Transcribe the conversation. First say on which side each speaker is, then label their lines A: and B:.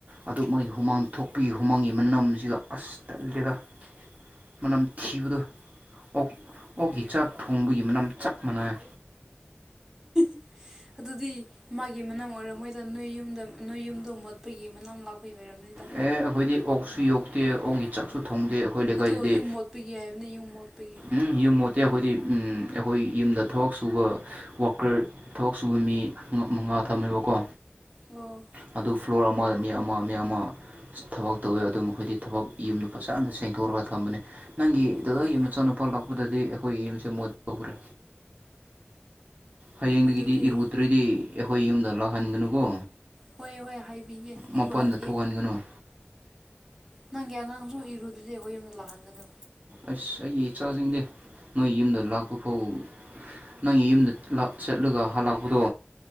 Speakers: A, on the right; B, on the right.
A: ꯑꯗꯨ ꯃꯥꯏ ꯍꯨꯃꯥꯡ ꯊꯣꯛꯄꯒꯤ ꯍꯨꯃꯥꯡꯒꯤ ꯃꯅꯝꯁꯤꯒ ꯑꯁ ꯇꯜꯂꯤ ꯗ ꯃꯅꯝ ꯊꯤꯕꯗꯣ ꯑꯣꯛ ꯑꯣꯛꯀꯤ ꯆꯥꯛ ꯊꯣꯡꯕꯒꯤ ꯃꯅꯝ ꯆꯞ ꯃꯥꯟꯅꯩ
B: <inaudible> ꯑꯗꯨꯗꯤ ꯃꯥꯒꯤ ꯃꯅꯝ ꯑꯣꯏꯔꯝꯃꯣꯏꯗ ꯅꯣꯏ ꯌꯨꯝꯗ ꯅꯣꯏ ꯌꯨꯝꯗꯣ ꯃꯣꯠꯄꯒꯤ ꯃꯅꯥꯝ ꯂꯥꯛ ꯄꯩ ꯑꯣꯏꯔꯝꯅꯤꯗ
A: ꯑꯦ ꯑꯩꯈꯣꯏꯗꯤ ꯑꯣꯛꯁꯨ ꯌꯣꯛꯇꯦ ꯑꯣꯛꯀꯤ ꯆꯥꯛꯁꯨ ꯊꯣꯡꯗꯦ ꯑꯩꯈꯣꯏ ꯂꯩꯀꯥꯏꯗꯗꯤ
B: ꯑꯗꯣ ꯌꯨꯝ ꯃꯣꯠꯄꯒꯤ ꯍꯥꯏꯕꯅꯦ ꯌꯨꯝ ꯃꯣꯠꯄꯒꯤ
A: ꯎꯝ ꯌꯨꯝꯃꯣꯠ ꯇꯦ ꯑꯩꯈꯣꯏꯗꯤ ꯎꯝ ꯑꯩꯈꯣꯏ ꯌꯨꯝꯗ ꯊꯕꯛ ꯁꯨꯕ ꯋꯥꯀꯔ ꯊꯕꯛ ꯁꯨꯕ ꯃꯤ ꯃ-ꯃꯉꯥ ꯊꯝꯃꯦꯕꯀꯣ
B: ꯑꯣ
A: ꯑꯗꯨ ꯐ꯭ꯂꯣꯔ ꯑꯃꯗ ꯃꯤ ꯑꯃ ꯃꯤ ꯑꯃ ꯏꯁ ꯊꯕꯛ ꯇꯧꯋꯦ ꯑꯗꯨ ꯃꯈꯣꯏꯗꯤ ꯊꯕꯛ ꯌꯨꯝꯗꯨ ꯐꯖꯅ ꯁꯦꯡꯇꯣꯔꯒ ꯊꯝꯕꯅꯤ ꯅꯪꯒꯤ ꯗꯗꯥꯒꯤ
B: ꯑꯣ
A: ꯃꯆꯥꯅꯨꯄꯥ ꯂꯥꯛꯄꯗꯗꯤ ꯑꯩꯈꯣꯏ ꯌꯨꯝꯁꯦ ꯃꯣꯠꯍꯧꯔꯦ꯫ ꯍꯌꯦꯡꯗꯒꯤꯗꯤ
B: ꯑꯗꯨꯗꯤ
A: ꯏꯔꯨꯇ꯭ꯔꯗꯤ ꯑꯩꯈꯣꯏ ꯌꯨꯝꯗ ꯂꯥꯛꯍꯟꯒꯅꯨꯀꯣ꯫
B: ꯍꯣꯏ ꯍꯣꯏ ꯍꯥꯏꯕꯤꯒꯦ
A: ꯃꯄꯥꯟꯗ
B: ꯏꯔꯨꯍꯟꯒꯦ
A: ꯊꯣꯛꯍꯟꯒꯅꯨ
B: ꯅꯪꯒꯤ ꯑꯉꯥꯡꯁꯨ ꯏꯔꯨꯗ꯭ꯔꯗꯤ ꯑꯩꯈꯣꯏ ꯌꯨꯝꯗ ꯂꯥꯛꯍꯟꯒꯅꯨ
A: ꯑꯁ ꯑꯩꯒꯤ ꯏꯆꯥꯁꯤꯡꯖꯦ ꯅꯣꯏ ꯌꯨꯝꯗ ꯂꯥꯛꯄ ꯐꯥꯎ ꯅꯪꯒꯤ ꯌꯨꯝꯗ ꯂꯥꯛ ꯆꯠꯂꯒ ꯍꯜꯂꯛꯄꯗꯣ